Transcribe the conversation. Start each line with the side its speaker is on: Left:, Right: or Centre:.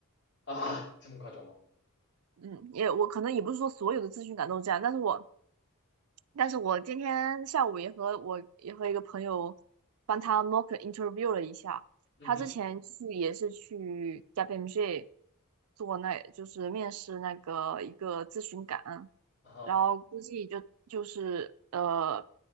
Left: 啊，这么夸张吗？
Right: 嗯，也我可能也不是说所有的咨询岗都这样，但是我但是我今天下午也和我也和一个朋友帮他 mock interview 了一下，
Left: 嗯哼，
Right: 他之前去也是去 KPMG 做那就是面试那个一个咨询岗，
Left: 啊
Right: 然后估计就就是呃，